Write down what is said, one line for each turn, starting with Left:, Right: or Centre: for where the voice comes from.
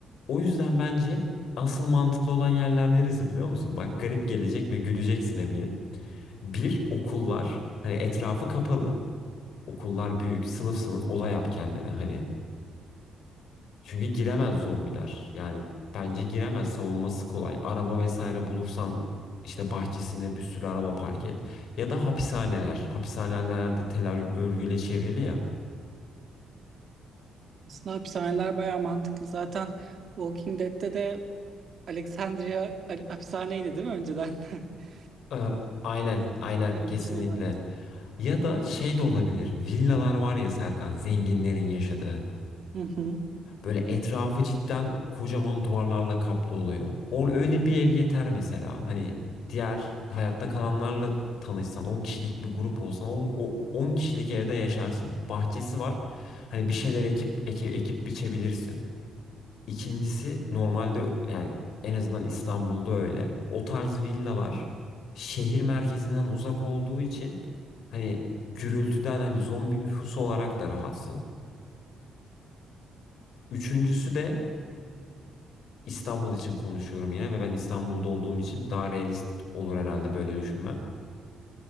Left: O yüzden bence asıl mantıklı olan yerler neresi biliyor musun? Bak garip gelecek ve güleceksin eminim. Bir okullar hani etrafı kapalı okullar büyük sınıf sınıf oda yap kendine hani Çünkü giremez zombiler. Yani bence giremez. Savunması kolay. Araba vesaire bulursan işte bahçesine bir sürü araba park et. Ya da hapishaneler. Hapishaneler de tel ör- örgüyle çevrili ya.
Right: Aslında hapishaneler bayağı mantıklı. Zaten Walking Dead'te de Alexandria al- hapishaneydi değil mi önceden? <laughs>
Left: Ee, aynen, aynen
Right: Öyle
Left: kesinlikle.
Right: bir şey vardı.
Left: Ya da şey de olabilir. Villalar var ya Serkan, zenginlerin yaşadığı.
Right: Hı hı.
Left: Böyle etrafı cidden kocaman duvarlarla kaplı oluyor. O öyle bir ev yeter mesela. Hani diğer hayatta kalanlarla tanışsan, 10 kişilik bir grup olsan, on- o 10 kişilik evde yaşarsın. Bahçesi var. Hani bir şeyler ekip eke- ekip biçebilirsin. İkincisi normalde ö- yani en azından İstanbul'da öyle. O tarz villalar şehir merkezinden uzak olduğu için hani gürültüden hani zombi nüfusu olarak da rahatsın. Üçüncüsü de İstanbul için konuşuyorum yine ve ben İstanbul'da olduğum için daha realist olur herhalde böyle düşünmem.